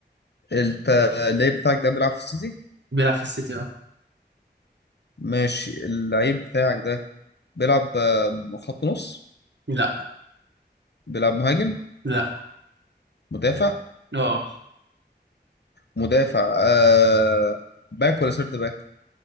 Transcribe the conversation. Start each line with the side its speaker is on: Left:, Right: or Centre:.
Left: انت اللعيب بتاعك ده بيلعب في السيتي
Right: بيلعب في السيتي اه
Left: ماشي اللعيب بتاعك ده بيلعب آه، خط نص
Right: لا
Left: بيلعب مهاجم
Right: لا
Left: مدافع
Right: اه
Left: مدافع آه باك ولا سيرد باك